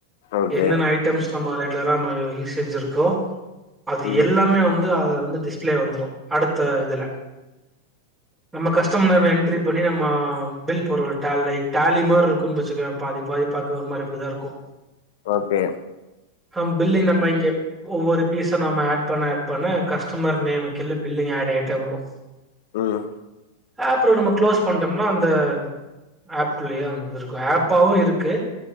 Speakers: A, on the left; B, in the centre.
A: ஓகே
B: என்னென்ன ஐட்டம்ஸ் நம்ம ரெகுலரா ம யூஸ் ஏஜ் இருக்கோ அது
A: ம்
B: எல்லாமே வந்து அது வந்து டிஸ்பிளே வந்துரும் அடுத்த இதுல நம்ம கஸ்டமர் என்ட்ரி பண்ணி நம்ம பில் போட்ற டேலை டேலி மாறி இருக்குன்னு வச்சுக்கோவே பாதி பாதி பாக்க ஒரு மாறி இப்படிதா இருக்கு
A: ஓக்கே
B: அ பில்லிங் நம்ம இங்க ஒவ்வொரு பீஸ்சும் நாம்ம ஹேட் பண்ண ஹேட் பண்ண கஸ்டமர் நேமுக்கு கீழ பில்லிங் ஹேட் ஆயிட்டே வரும்
A: உம்
B: ஹேப்ல நம்ம க்ளோஸ் பண்டம்னா அந்த ஹேப்க்குள்ளயே வந்து இருக்கும் ஹேப்பாவு இருக்கு